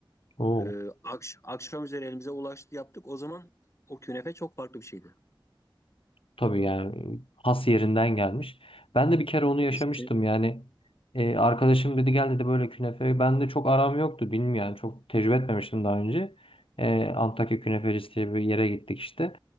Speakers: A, on the left; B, on the left.
A: Oo.
B: Ee, akş- akşam üzeri elimize ulaştı yaptık. O zaman o künefe çok farklı bir şeydi.
A: Tabii yani has yerinden gelmiş. Ben de bir kere onu yaşamıştım
B: Kesinlikle.
A: yani. E, arkadaşım dedi gel dedi böyle künefe. Ben de çok aram yoktu bilmiyorum yani çok tecrübe etmemiştim daha önce. E, Antakya Künefecisi diye bir yere gittik işte.